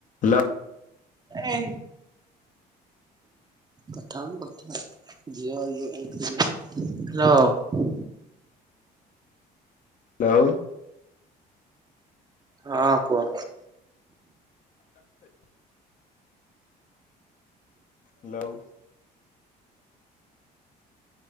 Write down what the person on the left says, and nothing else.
ହାଲୋ।
<unintelligible>
ହାଲୋ।